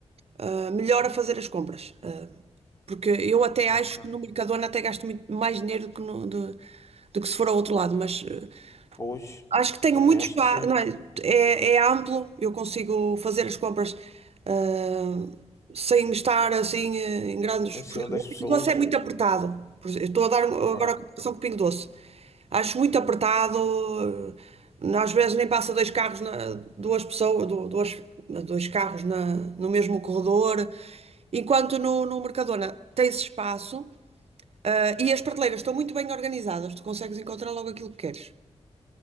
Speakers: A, on the right; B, on the left.
A: ah, melhor a fazer as compras. Ah, porque eu até
B: Ok.
A: acho que no Mercadona até gasto muito mais dinheiro do que, no- do, do que se for ao outro lado, mas ah,
B: Pois,
A: Acho que tenho
B: também
A: muito
B: acho
A: espaço,
B: que sim,
A: não é, é, é amplo, eu consigo fazer as compras ah, sem estar assim eh, em grandes.
B: em cima
A: Porque
B: das
A: o Pingo
B: pessoas,
A: Doce é muito apertado. Por exemplo, eu Estou a dar um,
B: ok,
A: agora a comparação com o Pingo Doce. Acho muito apertado, eh, às vezes nem passa dois carros, na- duas pessoas, du- duas, dois carros na- no mesmo corredor. Enquanto no, no Mercadona tens espaço, ah, e as prateleiras estão muito bem organizadas, tu consegues encontrar logo aquilo que queres.